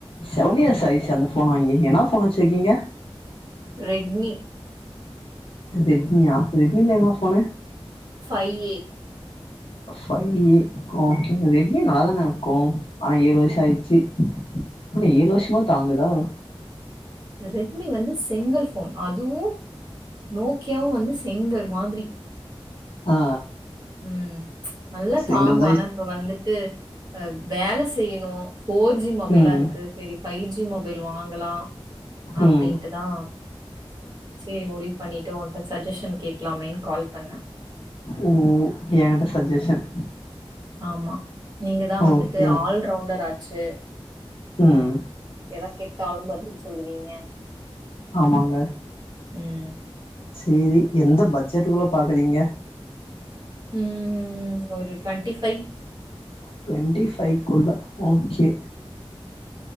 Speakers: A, on the left; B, on the right.
A: செவன் இயர்ஸ் ஆகிருச்சா அந்த ஃபோன் வாங்கி என்ன ஃபோன் வச்சிருக்கீங்க
B: ரெட்மி
A: ரெட்மியா ரெட்மில என்ன phone
B: five A
A: five A ஓகேங்க ரெட்மி நல்லா தான இருக்கு ஆனா ஏழு வருஷோ ஆயிடுச்சி ஃபோனு ஏழு வருஷமா தாங்குதா
B: ரெட்மி வந்து செங்கல் ஃபோன் அதுவு நோக்கியாவு வந்து செங்கல் மாதிரி
A: ஆ
B: ம் நல்லா
A: சிங்கிள்
B: தாங்கு
A: தா
B: ஆனா
A: யூஸ்
B: இப்ப வந்துட்டு ஆ வேலை செய்யணு ஃபோர் ஜி மொபைலா
A: ம்
B: இருக்கு செரி ஃபைவ் ஜி மொபைல் வாங்கலா அப்டின்ட்டுதா
A: ம்
B: செரி முடிவு பண்ணிட்டு ஒன் ட சஜெஷன் கேக்கலாமேன்னு கால் பண்ணே
A: ஓ எங்கிட்ட சஜஷன்
B: ஆமா நீங்க தா வந்துட்டு
A: ஓகேங்க
B: ஆல்ரவுண்டர் ஆச்சு
A: ம்
B: எத கேட்டாலும் பதில் சொல்லுவீங்க
A: ஆமாங்க
B: ம்
A: சேரி எந்த பட்ஜெட்டுக்குள்ள பாக்கறீங்க
B: ம் ஒரு டுவெண்டி ஃபை
A: ட்வெண்ட்டி ஃபைவ்க்குள்ள ஓகே